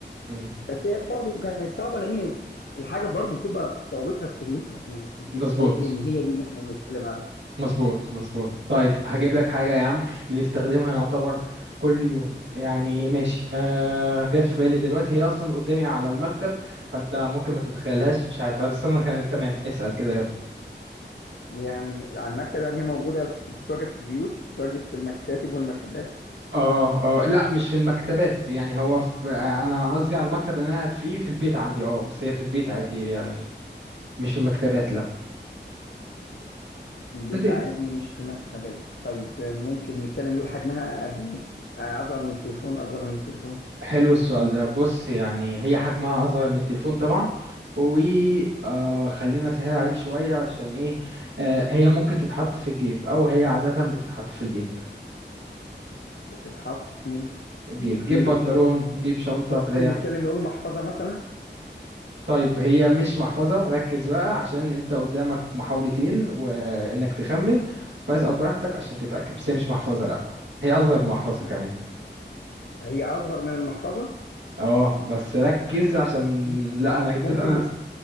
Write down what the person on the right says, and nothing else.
مهم.
مظبوط
مظبوط مظبوط طيب هجيب لك حاجة يا عم بنستخدمها يعتبر كل يوم يعني ماشي آه جت في بالي دلوقتي هي أصلا قدامي على المكتب فأنت ممكن ما تتخيلهاش مش عارف بس أنا كانت تمام اسأل كده يلا
اه اه لا مش في المكتبات يعني هو في آه، أنا قصدي على المكتب اللي أنا قاعد فيه في البيت عندي اه بس هي في البيت عادي يعني مش في المكتبات لا
في البيت
حلو السؤال ده بص يعني هي حجمها أصغر من التليفون طبعا وخلينا أسهل عليك شوية عشان إيه آه، هي ممكن تتحط في الجيب أو هي عادة بتتحط في الجيب
جيب
جيب بنطلون جيب شنطة
بتاع
طيب هي مش محفظة ركز بقى عشان أنت قدامك محاولتين وإنك تخمن فاسأل براحتك عشان تتأكد بس هي مش محفظة لأ هي أصغر من محفظة
كمان
اه بس ركز عشان
لأ أنا
أنا